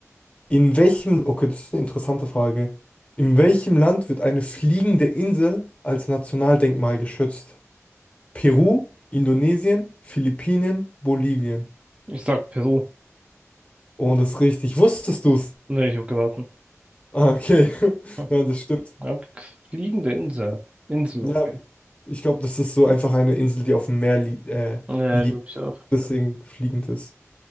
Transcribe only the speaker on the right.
Ich sag Peru.
Nee, ich hab geraten.
Hm.
Ja, Fliegende Insel. Insel,
okay.
Ja,
glaube ich auch.